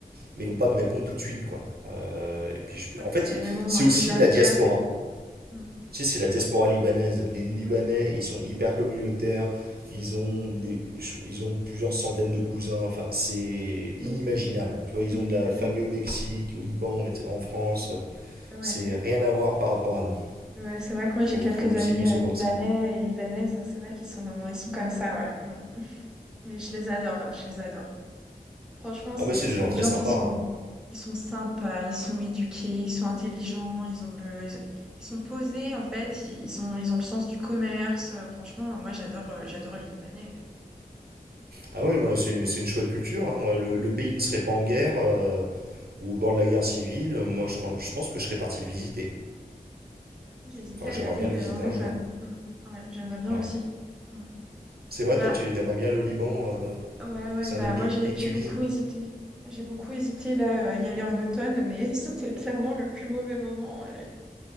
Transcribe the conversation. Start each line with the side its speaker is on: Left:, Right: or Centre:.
Right: mais ils vont pas me répondre tout de suite quoi. Euh, et puis je-
Centre: Voilà,
Right: en fait,
Centre: c'est
Right: y-
Centre: vraiment,
Right: c'est aussi
Centre: euh, les affaires
Right: la diaspora.
Centre: et tout. Mm.
Right: Tu sais, c'est la diaspora libanaise. Les Libanais,
Centre: Oui,
Right: ils sont hyper communautaires. Ils ont des, ils ont plusieurs centaines de cousins. Enfin, c'est
Centre: oui,
Right: inimaginable. Tu vois,
Centre: oui,
Right: ils ont de la famille
Centre: oui,
Right: au Mexique, au Liban, et- cetera, en France.
Centre: ouais.
Right: C'est rien à voir par rapport à nous.
Centre: Ouais, c'est vrai que moi
Right: Faut,
Centre: j'ai quelques
Right: faut aussi
Centre: amis
Right: concevoir
Centre: euh, libanais
Right: ça.
Centre: et libanaises, c'est vrai qu'ils sont, ils sont comme ça, ouais. Mm. mm. Mais je les adore, hein, je les adore. Franchement,
Right: Ah,
Centre: c'est,
Right: mais c'est
Centre: c'est
Right: des gens
Centre: des
Right: très
Centre: gens
Right: sympas.
Centre: qui sont,
Right: hein.
Centre: ils sont sympas, ils sont éduqués, ils sont intelligents, ils ont le, ils, ils sont posés en fait, ils ont, ils ont le sens du commerce. Euh, Franchement, moi j'adore, euh, j'adore les Libanais.
Right: Ah oui, moi, c'est c'est une chouette culture. hein. Moi, le, le pays ne serait pas en guerre euh, ou au bord de la guerre civile. euh, Moi, je, crois- je pense que je serais parti le visiter.
Centre: J'ai hésité
Right: Enfin,
Centre: à
Right: j'aimerais
Centre: y aller
Right: bien le visiter
Centre: euh, en automne.
Right: un jour.
Centre: Mm. Ouais, j'aimerais bien
Right: Ouais.
Centre: aussi. Mm.
Right: C'est vrai,
Centre: Bah,
Right: toi, tu aimerais bien le Liban. euh,
Centre: Ouais, ouais,
Right: c'est
Centre: bah
Right: un des pays
Centre: moi j'ai
Right: que
Centre: j'ai
Right: tu
Centre: beaucoup
Right: vises.
Centre: hésité. J'ai beaucoup hésité là à y aller en automne, mais <laughs> c'était clairement le plus mauvais moment. et-